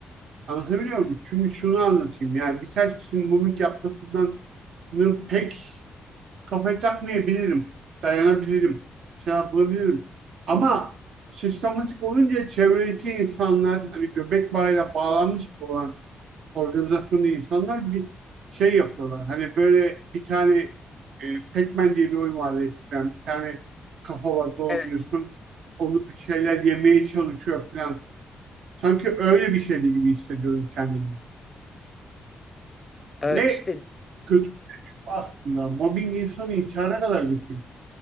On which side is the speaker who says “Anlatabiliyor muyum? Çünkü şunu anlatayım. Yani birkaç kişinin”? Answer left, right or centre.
Right